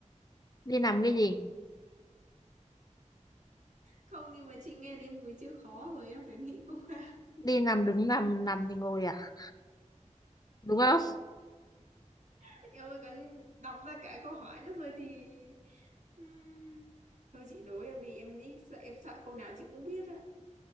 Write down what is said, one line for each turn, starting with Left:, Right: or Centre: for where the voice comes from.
Left: đi nằm cái gì?
Right: không nhưng mà chị nghe đến mùi chữ khó rồi em phải nghĩ cũng ra
Left: Đi nằm đứng nằm, nằm thì ngồi à? Đúng không?
Right: <laughs> em ơi còn đọc ra cả câu hỏi nữa rồi thì Ừm, thôi chị đố em đi em nghĩ sợ em sợ câu nào chị cũng biết ạ